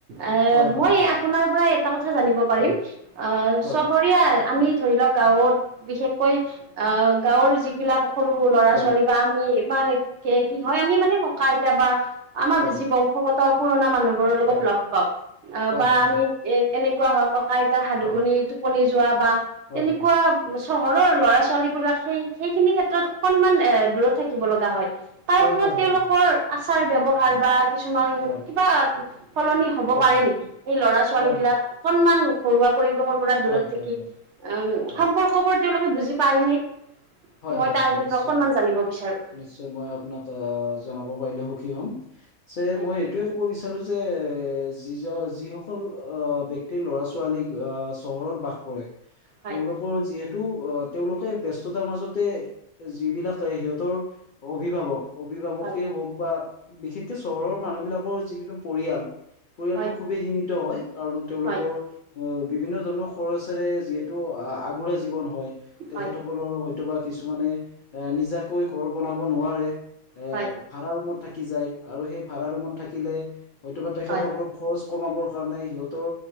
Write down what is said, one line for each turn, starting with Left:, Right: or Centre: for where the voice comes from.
Right: এ
Left: হয় হয়
Right: মই
Left: হয়
Right: ইয়াত আপোনাৰ পৰা এটা কথা জানিব পাৰিম,
Left: হয়
Right: আ
Left: হয়
Right: চহৰীয়া আমি ধৰি লওক গাঁৱত বিশেষকৈ আ, গাঁৱৰ যিবিলাক সৰু-সৰু ল'ৰা
Left: হয়
Right: ছোৱালী বা আমি ইমান কে কি হয় আমি মানে ককা আইতা বা আমাৰ
Left: হয় হয়
Right: বেছি বং শগত পুৰণা মানুহবোৰৰ লগত
Left: হয়
Right: লগ পাওঁ। অ, বা
Left: হয় হয় হয়
Right: আমি
Left: হয়
Right: এ-এনেকুৱা হওক ককা আইতাৰ সাধু
Left: হয়
Right: শুনি টোপনি যোৱা বা
Left: হয়
Right: তেনেকুৱা
Left: হয় হয়
Right: চহৰৰ ল'ৰা ছোৱালী বিলাক সেই সেইখিনি ক্ষেত্ৰত অকনমান এ, দূৰত থাকিব লগা হয়। তাৰ
Left: হয়
Right: ফলত
Left: হয়
Right: তেওঁলোকৰ
Left: হয়
Right: আচাৰ ব্য্য়ৱহাৰ
Left: হয়
Right: বা কিছুমান
Left: হয়
Right: কিবা সলনি হব
Left: হয়
Right: পাৰে নেকি স ল'ৰা ছোৱালী
Left: হয় হয়
Right: বিলাক সন্মান ঘৰুৱা পৰিৱেশৰ পৰা দূৰত
Left: হয় হয়
Right: থাকি
Left: হয়
Right: আহ
Left: হয়
Right: সম্পৰ্কবোৰ তেওঁলোকে বুজি পাৰ ন
Left: হয়
Right: মই
Left: হয়
Right: তাৰ
Left: হয়
Right: বিষয়ে
Left: নিশ্চয়
Right: অকনমান জানিব বিচাৰো
Left: নিশ্চয় মই আপোনাক আহ জনাব পাৰিলে সুখী হ'ম যে
Right: হয়
Left: মই এইটোয়ে ক'ব বিচাৰো যে এ যিজন যিসকল ব্যক্তিৰ ল'ৰা ছোৱালীক চহৰত বাস কৰে
Right: হয়
Left: তেওঁলোকৰ যিহেতু আহ তেওঁলোকে ব্যস্ততাৰ মাজতে যিবিলাক সিহঁতৰ অভিভাৱক অভিভাৱকেই
Right: হয়
Left: হওক বা বিশেষকে চহৰৰ মানুহ বিিলাকৰ যিকেইো পৰিয়াল পৰিয়ালটো
Right: হয়
Left: খুবেই সীমিত হয় কাৰণ তেওঁলোকৰ
Right: হয়
Left: অ বিভিন্ন ধৰণৰ খৰচেৰে যিহেতু আগোৰা জীৱন হয়
Right: হয়
Left: তেখেতসকলৰ হয়তোব কিছুমানে এ নিজাকৈ ঘৰ বনাব নোৱাৰে এ
Right: হয়
Left: ভাড়া ৰুমত থাকি যায় আৰু সেই ভাড়া ৰুমত থাকিলে হয়তোবা তেখেতসকলক
Right: হয়
Left: খৰচ কমাবৰ কাৰণে সিহঁতৰ